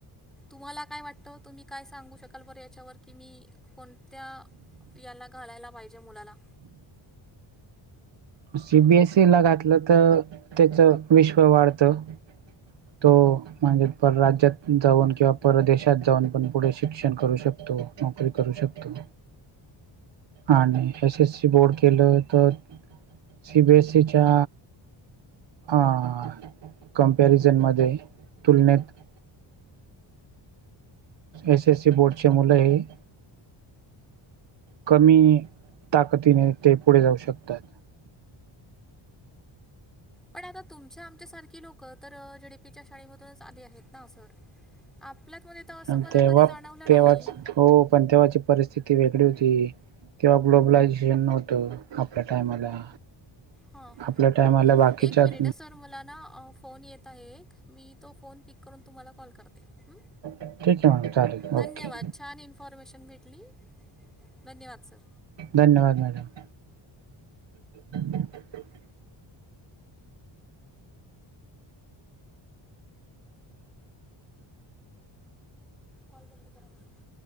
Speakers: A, in the centre; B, on the right.
A: तुम्हाला काय वाटतं, तुम्ही काय सांगू शकाल बरं याच्यावर, की मी कोणत्या याला घालायला पाहिजे मुलाला?
B: सीबीएसीला घातलं तर त्याच विश्व वाढतं. तो म्हणजे परराज्यात जाऊन किंवा परदेशात जाऊन पण पुढे शिक्षण करू शकतो. नोकरी करू शकतो आणि एस एस सी बोर्ड केलं तर सी बी एस सी च्या आ कमपॅरिझन मध्ये तुलनेत एसएससी बोर्डची मुलं हाय. कमी ताकतीने ते पुढे जाऊ शकतात.
A: पण आता तुमच्या आमच्यासारखी लोकं, तर झेडपीच्या शाळेमधूनच आले आहेत ना सर? आपल्यातमध्ये तर असं
B: तेव्हा
A: मला कधी जाणवलं नाही.
B: तेव्हाच हो, पण तेव्हाची परिस्थिती वेगळी होती. किंवा ग्लोबलायझेशन नव्हतं आपल्या टाइमाला.
A: हां हां
B: आपल्या टायमाल्या
A: ओके
B: बाकीच्यात
A: एक मिनिट सर मला ना अ फोन येत आहे एक. मी तो फोन पिक करून तुम्हाला कॉल करते हम्म.
B: ठीक आहे मॅडम चालेल
A: धन्यवाद,
B: ओके
A: छान इन्फॉर्मेशन भेटली. धन्यवाद सर.
B: धन्यवाद मॅडम. <inaudible>
A: कॉल बंद करा. <unintelligible>